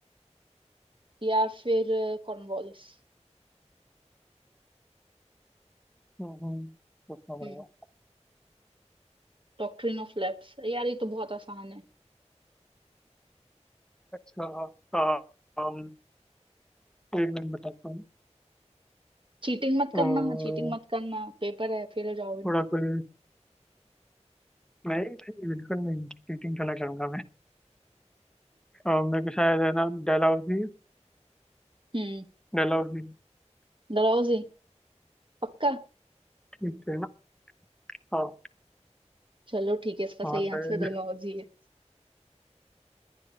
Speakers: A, on the right (about 45°); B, in the centre.
A: या फिर अ, कॉर्नवालिस
B: हम्म हम्म, पूछना पड़ेगा
A: हम्म डॉक्ट्रिन ऑफ लैप्स यार ये तो बहुत आसान है
B: अच्छा हाँ um, एक मिनट बताता हूँ
A: चीटिंग मत करना
B: तो
A: चीटिंग मत करना पेपर है फेल हो जाओगे
B: थोड़ा कोई नहीं नहीं, बिल्कुल नहीं चीटिंग थोड़ा करूंगा मैं और मेरे को शायद है ना डेलहाउजी
A: हम्म
B: डेलहाउजी
A: डलहौजी पक्का
B: ठीक है ना हाँ
A: चलो ठीक है इसका
B: हाँ
A: सही
B: शायद
A: आंसर डलहौजी है